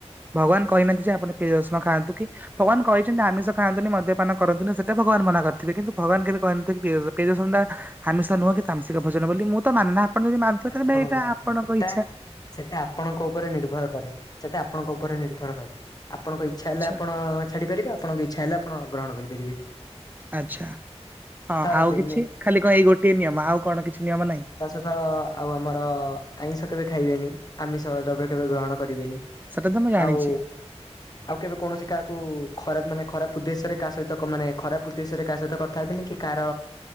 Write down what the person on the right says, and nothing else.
ଭଗବାନ କହିନାହାନ୍ତି ଯେ ଆପଣ ପିଆଜ ରସୁଣ ଖାଆନ୍ତୁ କି, ଭଗବାନ କହିଛନ୍ତି ଆମିଷ ଖାଆନ୍ତୁନି, ମଦ୍ୟପାନ କରନ୍ତୁନି, ସେଟା ଭଗବାନ ମନା କରିଥିବେ କିନ୍ତୁ ଭଗବାନ କେବେ କହିନହାନ୍ତି କି ପିଆଜ ରସୁଣ, ପିଆଜ ରସୁଣ ଟା ଆମିଷ ନୁହଁ କି ତାମ୍ସିକ ଭଜନ ବୋଲି ମୁଁ ତ ମାନେ ନା ଆପଣ ଯଦି ମାନୁଥିବେ ତାହେଲେ
ଭାଇ ଏଇଟା
ଆପଣଙ୍କ
ଇଚ୍ଛା।
ଆଚ୍ଛା
ଆଛା ହଁ
ଆଉ
କିଛି ଖାଲି କଣ ଏଇ ଗୋଟିଏ ନିୟମ ଆଉ କଣ କିଛି ନିୟମ ନାହିଁ
ସେଟା ତ ମୁଁ ଜାଣିଛି